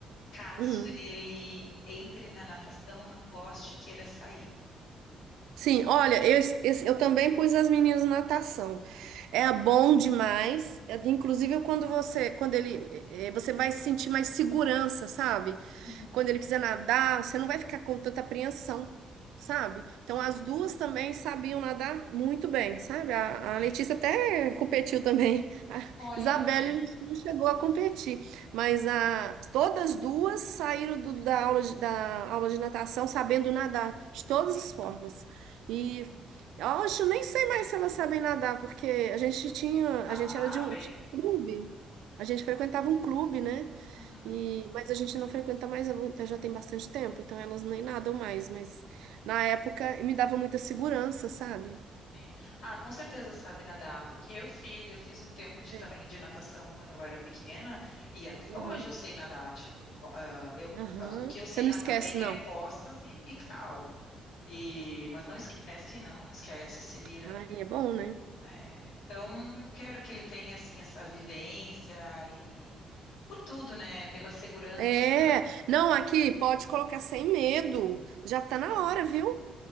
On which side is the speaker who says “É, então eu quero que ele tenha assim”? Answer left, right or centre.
Left